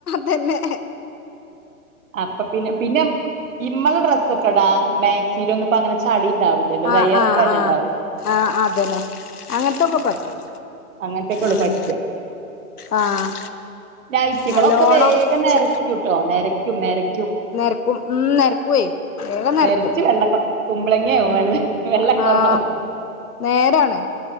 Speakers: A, on the left; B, on the right.
A: തന്നെ
B: അപ്പൊ പിന്നെ പിന്നെ ഇമ്മള ഡ്രസ്സൊക്കെ ഇടാ മാക്സിൽ ഒന്നപ്പ അങ്ങനെ ചളി ഉണ്ടാവില്ലല്ലോ
A: ആ
B: വെയ്യറ്പ്പല്ലെണ്ടാവു
A: ആ ആ ആ അതന്നെ അങ്ങനത്തൊക്കെ
B: മം
A: പറ്റും
B: അങ്ങനത്തെകൊളളു
A: ഉം
B: പച്ച
A: ആഹ്
B: നൈറ്റുകളൊക്കെ
A: നല്ലോണം
B: വേഗം നിരക്കൂട്ടോ
A: ചെ
B: നരക്കും നരക്കും
A: നെരക്കും ഉം നെ രക്കുവേ വേഗം നെരക്കും
B: നെരച്ച് വെള്ള ക കുമ്പളങ്ങയാവും
A: ഉം
B: വെള്ള വെള്ള കളറാവും
A: ആഹ നേരാണ്